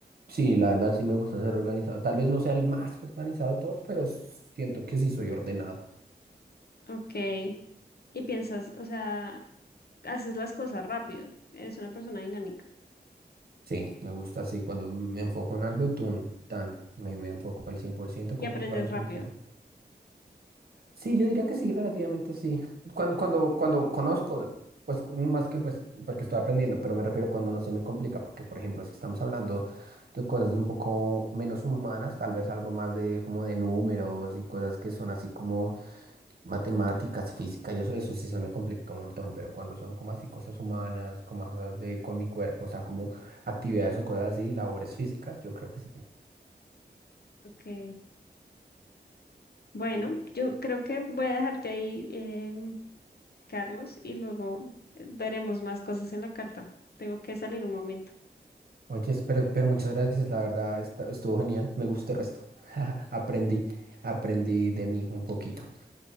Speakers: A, on the right (about 60°); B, on the left (about 65°).
A: sí, la verdad sí me gusta ser organizado. Tal vez no sea el más organizado de todos, pero siento que sí soy ordenado.
B: Ok. Y piensas, o sea, haces las cosas rápido. Eres una persona dinámica.
A: Sí, me gusta así. Cuando me enfoco en algo, tun, tan, me, me enfoco al 100%
B: Y
A: como
B: aprendes
A: para intentar
B: rápido.
A: Sí, yo diría que sí, relativamente sí. Cuando, cuando, cuando conozco, pues más que pues porque estoy aprendiendo, pero me refiero cuando no se me complica, porque por ejemplo, si estamos hablando de cosas de un poco menos humanas, tal vez algo más de como de números y cosas que son así como matemáticas, física y eso, eso sí se me complica un montón, pero cuando son como así cosas humanas, como cosas de con mi cuerpo, o sea, como actividades o cosas así, labores físicas, yo creo que sí.
B: Ok. Bueno, yo creo que voy a dejarte ahí, em, Carlos, y luego eh, veremos más cosas en la carta. Tengo que salir un momento.
A: Oye, pero, pero muchas gracias, la verdad esta- estuvo genial, me gustó el resto. <laughs> Aprendí, aprendí de mí un poquito.